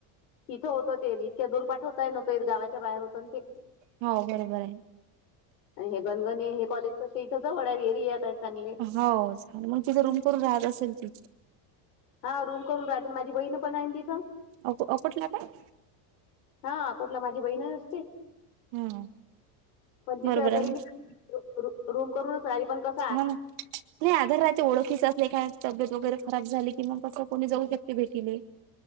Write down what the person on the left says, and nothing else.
इथं होतं ते आणि इतक्या दूर पाठवताय नव पेठगावाच्या बाहेर होत ना ते.
आणि हे गणगणे हे कॉलेज कसे इथ जवड एरियात आहेत चांगले.
हा रूम करून राहते, माझी बहीण पण आहे ना तिथं.
हा अकोटला माझी बहीण असती.
पण तिच्या
घरी
नई का, रु रु रूम करूनच राहिली पण कस